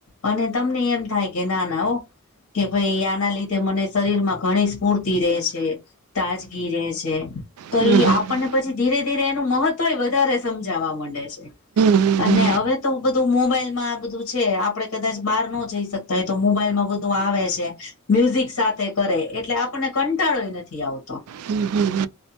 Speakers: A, on the left; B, on the right.
A: અને તમને એમ થાય કે ના-ના ઓ કે ભાઈ આના લીધે મને શરીર માં ઘણી સ્ફૂર્તિ રે છે. તાજગી રહે છે, તો
B: હમ હમ હમ
A: એ આપણને પછી ધીરે-ધીરે એનું મહત્વ વધારે સમજાવવા માંડે છે.
B: હમ
A: અને
B: હમ
A: હવે તો બધું મોબાઈલ માં આ બધું છે, આપડે કદાચ બહાર ન જઈ શકી તો એ તો મોબાઈલમાં બધું આવે છે, મ્યુઝિક સાથે કરે એટલે આપણને કંટાળો ય નથી આવતો.
B: હમ, હમ